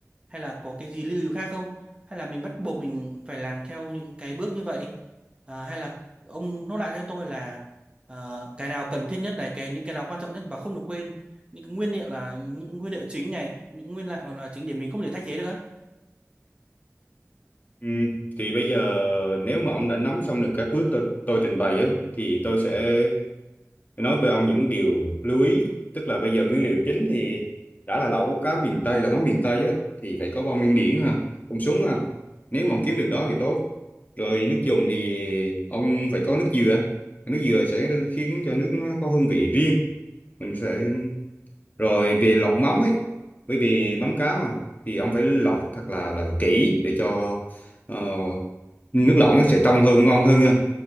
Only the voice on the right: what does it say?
hay là có cái gì lưu ý khác không hay là mình bắt buộc mình phải làm theo những cái bước như vậy Ờ, hay là ông nốt lại cho tôi là ờ, cái nào cần thiết nhất này cái những cái nào quan trọng nhất và không được quên những cái nguyên liệu là những nguyên liệu chính này những nguyên liệu là chính để mình không thể thay thế được á